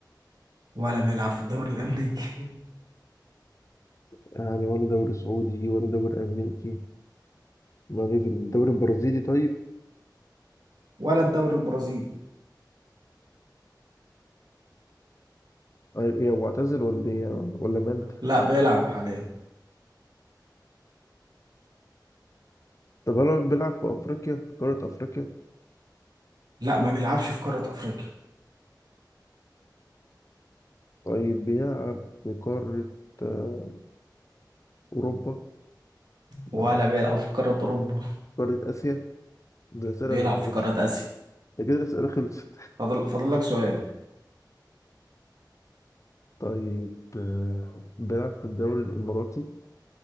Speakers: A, on the right; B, on the left.
A: ولا بيلعب في الدوري الامريكي
B: يعني ولا دوري سعودي ولا دوري أمريكي ما ليه في الدوري البرازيلي طيب
A: <laughs> ولا الدوري البرازيلي
B: آه، إيه هو اعتزل ولا إيه يعني؟ ولا مات
A: لا بيلعب حاليا
B: طب هل بيلعب في أفريقيا في قارة أفريقيا
A: لا ما بيلعبش في قارة افريقيا
B: طيب بيلعب في قارة آه، أوروبا لا
A: ولا
B: لا.
A: بيلعب في قارة أوروبا
B: قارة آسيا الأسئلة
A: بيلعب
B: خلصت
A: في قارة اسيا
B: ده كده الأسئلة خلصت
A: فاضل فاضل لك سؤال
B: طيب آه، بيلعب في الدوري الإماراتي